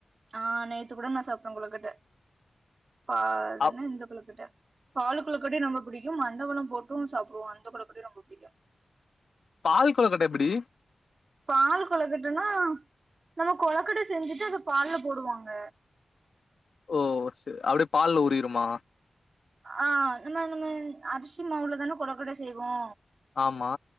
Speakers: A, on the right (about 50°); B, on the left (about 70°).
A: ஆ நேத்து கூட நா சாப்ட்டே கொளக்கட்ட பா அது
B: அப்
A: என்ன இந்த கொளக்கட்ட பாலு கொளக்கட்டயு ரொம்ப புடிக்கு மண்ட வெள்ள போட்டு சாப்புடுவோ அந்த கொளக்கட்டையு ரொம்ப புடிக்கு
B: பால் கொளக்கட்ட எப்டி
A: பால் கொளக்கட்டனா நம்ம கொளக்கட்ட செஞ்சுட்டு அத பால்ல போடுவாங்க
B: ஓ சே அப்டியே பால்ல ஊறிருமா
A: ஆ நம்ம நம்ம அரிசி மாவுல தானே கொளக்கட்ட செய்வோ
B: ஆமா